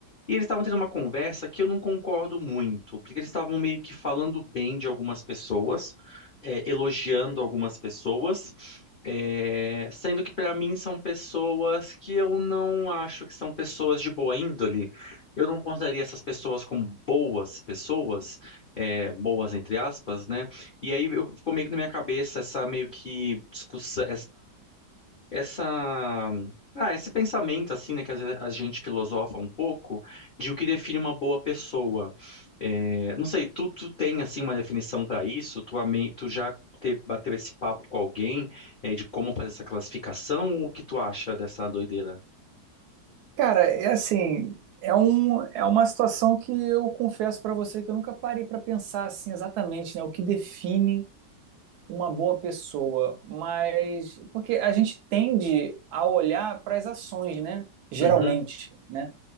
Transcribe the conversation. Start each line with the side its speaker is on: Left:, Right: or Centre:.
Left: E eles estavam tendo uma conversa que eu não concordo muito, porque eles estavam meio que falando bem de algumas pessoas, é, elogiando algumas pessoas, é, sendo que para mim são pessoas que eu não acho que são pessoas de boa índole. Eu não consideraria essas pessoas como boas pessoas, é, boas entre aspas, né? E aí eu, ficou meio que na minha cabeça essa meio que discussão, essa ah, esse pensamento assim, né, que às vezes a gente filosofa um pouco de o que define uma boa pessoa. É, não sei, tu, tu tem assim uma definição para isso? Tu, ame- tu já te, bateu esse papo com alguém é, de como fazer essa classificação? Ou o que tu acha dessa doideira?
Right: Cara, é assim, é um, é uma situação que eu confesso pra você que eu nunca parei pra pensar assim exatamente, né, o que define uma boa pessoa, mas porque a gente tende a olhar para as ações, né? Geralmente,
Left: Uhum,
Right: né?